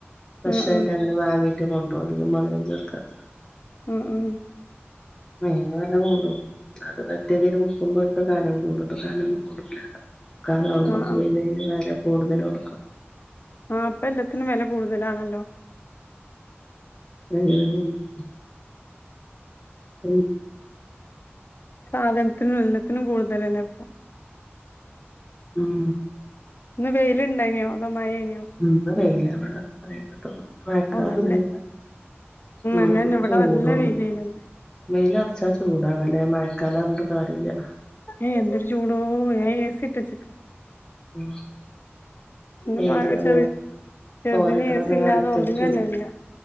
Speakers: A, on the left; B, on the left.
A: ഫറഷായിട്ട്
B: ആഹ്
A: അങ്ങനെ വാങ്ങി <unintelligible> അധികം മധുരം ചേർക്കാത്തത്
B: ഉം ഉ
A: മീന് വെല കൂടും അത് പറ്റിയതിൽ മുക്കുമ്പൊക്കെ കനം കൂടും ഇത് കനം കൂടുല കാലാവമ്മക്ക്
B: ആഹ് ആഹ്
A: പിന്നെ <unintelligible> കൂടുതല് ഓർക്കണം
B: ആഹ് പ്പ എല്ലത്തിനും വില കൂടുതലാണല്ലോ
A: <unintelligible> ഉ
B: സാധനത്തിനും എല്ലാത്തിനും കൂടുതലന്നെ ഇപ്പൊ
A: ഉം
B: ഇന്ന് വെയിലുണ്ടായിനിയോ അതോ മഴേനോ
A: ഉം വെയിലവിണ <unintelligible> മഴക്കാറണ്ടായി
B: ഓ നല്ല
A: ഉം
B: അങ്ങന്നെ ഇവിടെ
A: ചൂടുണ്ട്
B: നല്ല വെയിലേനു ഇന്ന്
A: വെയില് അറച്ചാ ചൂടാണല്ലേ മ <unintelligible> കാര്യല്ല്യ
B: ഏഹ് എന്തൊരു ചൂടോ ഏ എസിട്ടെച്ച്ക
A: ഉം
B: എന്റെ
A: <unintelligible>
B: മക ചെറി ചെറുതിന്
A: തോരട്ടതൊക്കെ
B: എ സി ഇല്ലാതെ
A: കടത്തി
B: ഉറങ്ങന്നല്ല
A: വെച്ചു